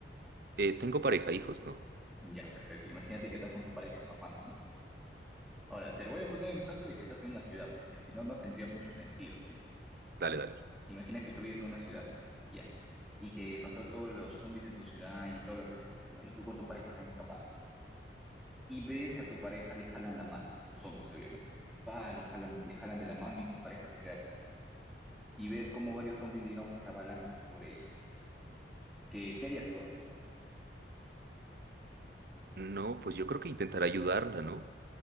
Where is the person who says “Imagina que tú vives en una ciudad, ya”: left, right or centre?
Centre